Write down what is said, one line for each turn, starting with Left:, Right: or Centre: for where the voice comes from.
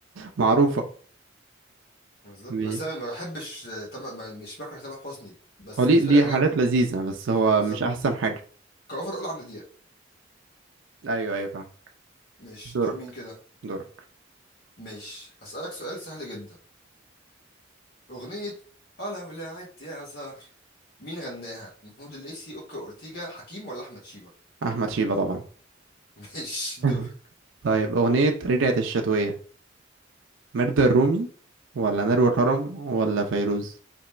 Right: معروفة
Left: بالظبط
Right: مي-
Left: بس انا ما بحبش آه، تم... ما- مش بكره تامر حسني بس
Right: هو ليه
Left: بالنسبه
Right: ليه
Left: لي اغاني
Right: حاجات
Left: عمرو دياب
Right: لذيذة بس هو
Left: بالظبط
Right: مش احسن حاجة
Left: كاوفر اقول عمرو دياب
Right: ايوه ايوه فاهم
Left: مش
Right: دورك
Left: دور مين كده
Right: دورك
Left: مش هسالك سؤال سهل جدا اغنيه اه لو لعبت يا زهر مين غناها محمود الليثي اوكا اورتيجا حكيم ولا احمد شيبه
Right: احمد شيبة طبعا
Left: <laughs> مش
Right: <laughs>
Left: دور
Right: طيب أغنية رجعت الشتوية ميردة الرومي ولا نروى كرم ولا فيروز